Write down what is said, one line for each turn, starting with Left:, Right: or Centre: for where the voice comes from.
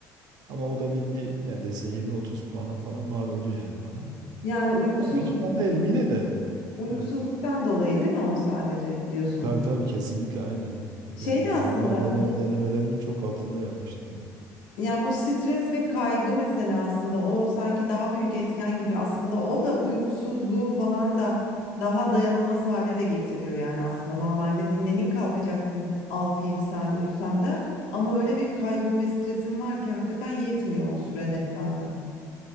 Right: Ama o da bir neredeyse 20-30 puana falan mal oldu yani bana.
Left: Yani uykusuzluk
Right: Yani pişman değilim yine de.
Left: uykusuzluktan
Right: Evet.
Left: dolayı değil mi o sadece diyorsun.
Right: Tabii tabii kesinlikle aynen.
Left: Şey
Right: Yani
Left: de aslında
Right: normal dene,
Left: bu
Right: denemelerimin çok altında yapmıştım.
Left: Ya bu stres ve kaygı mesela aslında o sanki daha büyük etken gibi aslında o da uykusuzluğu falan da daha dayanılmaz hale de getiriyor yani aslında normalde dinlenik kalkacaksın altı yedi saat uyusan da ama öyle bir kaygın ve stresin var ki hakikaten yetmiyor o sürede bazen.